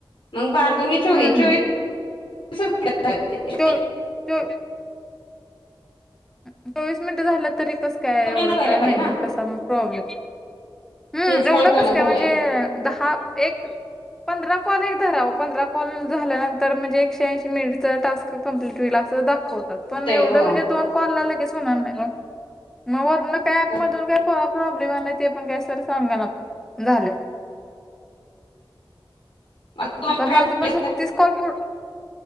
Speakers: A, on the left (about 75°); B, in the centre.
A: मग बारा दोन चोवीस
B: हम्म
A: चोवीसच
B: हम्म
A: हुयाला पाहिजेत.
B: तेव तेव चोवीस मिनिटं झालं तरी कस काय
A: एवढे
B: एवढं
A: नाही व्हायला
B: काय
A: पाहिजे
B: माहित
A: ना.
B: मग कसा मग प्रॉब्लेम. हम्म
A: तेच
B: एवढं
A: करणं
B: कस
A: झालंय
B: काय म्हणजे दहा एक पंधरा कॉल एक धराव पंधरा कॉल झाल्यानंतर म्हणजे एकशेऐंशी मिनिटच टास्क क कमंप्लीट हुईल अस दाखवतात. पण
A: होतय
B: एवढं
A: हो.
B: म्हणजे दोन कॉलला लगेच होणार नाही ओ म वरण काय अँप
A: आता
B: मधून काय पर प्रॉब्लेम आलाय ते पण काय सर सांगानात झाल्यात.
A: तुम्हाला
B: तर
A: काय
B: माझ
A: बोलायचं
B: पण सतीस कॉल पू